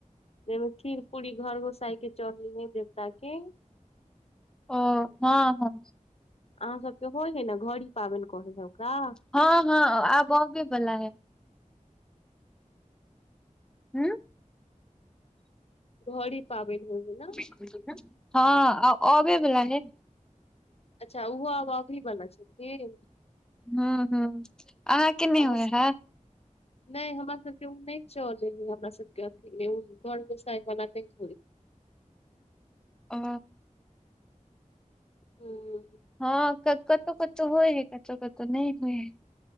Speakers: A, on the left; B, in the centre.
A: जैइमे खीर पूरी घर गोसाई के चढ़ै है देवता के
B: ओ हँ हँ
A: अहाँ सबके होइ है न घड़ी पाबैन कहै है ओकरा
B: हँ हँ आब अबे बला है उंम्म
A: घड़ी पाबैन होइ है ने
B: छै <unintelligible> हँ आ अबे बला है
A: अच्छा उहो आब अबहि बला छथिन
B: ह्म ह्म आहाँके नै
A: अहाँ
B: होइ है
A: नहि हमरा सबके ओ नहि चलै है हमरा सबके अखनी घर गोसाईं वला नहि होय
B: ओ
A: हूँ
B: हँ कतौ कतौ होइ यै कतौ कतौ नहि होइ यै